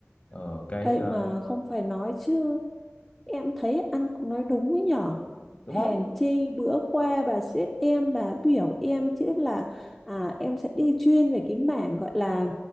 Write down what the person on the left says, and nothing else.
ờ, cái
ờ,
đúng
không